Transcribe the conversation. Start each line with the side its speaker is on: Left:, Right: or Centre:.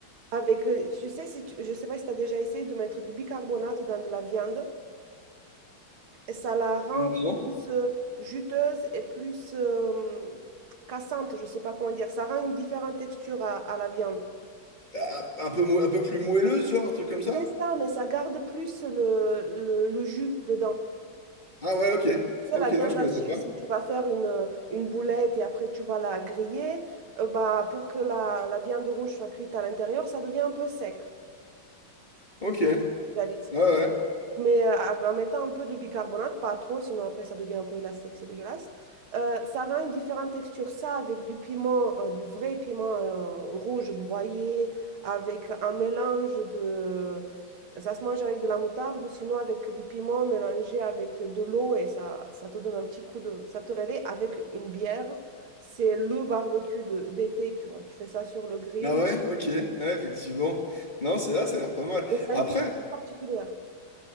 Right: Avec, euh, tu sais, si tu- je sais pas si tu as déjà essayé de mettre du bicarbonate dans de la viande. Et ça la rend
Left: Euh, Non.
Right: plus euh, juteuse et plus euh, cassante, je ne sais pas comment dire. Ça rend une différente texture à, à la viande.
Left: Ah, Un peu, mou- un peu plus moelleuse, genre, un truc comme ça?
Right: Et ça, mais ça garde plus le, le, le jus dedans.
Left: Ah ouais, ok.
Right: C'est
Left: Ok,
Right: la viande
Left: non, je connaissais
Right: hachée,
Left: pas.
Right: si tu vas faire une, euh, une boulette et après tu vas la griller, euh, bah, pour que la, la viande rouge soit cuite à l'intérieur, ça devient un peu sec.
Left: Ok.
Right: Je sais
Left: Ouais,
Right: pas si tu as des
Left: ouais.
Right: Mais euh, av- en mettant un peu de bicarbonate, pas trop, sinon après ça devient un peu élastique, c'est dégueulasse. Euh, ça rend une différente texture. Ça, avec du piment, euh, du vrai piment euh, rouge broyé, avec un mélange de... Ça se mange avec de la moutarde ou sinon avec du piment mélangé avec de l'eau et ça, ça te donne un petit coup de... Ça te réveille avec une bière. C'est le barbecue de- d'été, tu vois. Tu fais ça sur le grill
Left: Ah ouais, ok. Ouais, effectivement. Non, c'est là, ça a l'air pas mal.
Right: et ça
Left: Après,
Right: a une texture particulière.